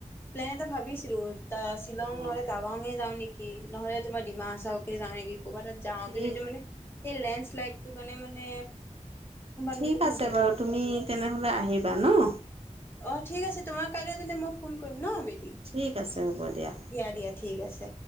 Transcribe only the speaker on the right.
অ
ঠিক
ঠিক
আছে
বাৰু তুমি তেনেহ'লে আহিবা ন'?
ঠিক আছে হ'ব দিয়া।